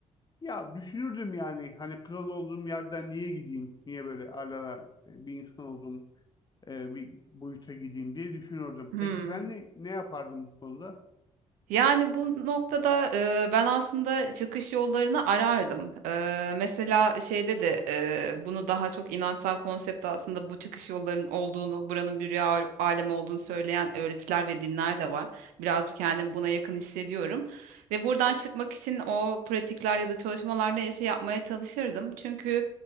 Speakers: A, on the left; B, on the right.
A: ya düşünürdüm yani hani kral olduğum yerden niye gideyim? Niye böyle alala bir insan olduğum e, bir boyuta gideyim diye düşünürdüm.
B: Hmm.
A: Peki sen ne, ne yapardın bu konuda?
B: Yani bu noktada e, ben aslında çıkış yollarını arardım. E, mesela şeyde de e, bunu daha çok inansal konsepte aslında bu çıkış yollarının olduğunu, buranın bir rüya al- alemi olduğunu söyleyen öğretiler ve dinler de var. Biraz kendimi buna yakın hissediyorum. Ve buradan çıkmak için o pratikler ya da çalışmalar neyse yapmaya çalışırdım. Çünkü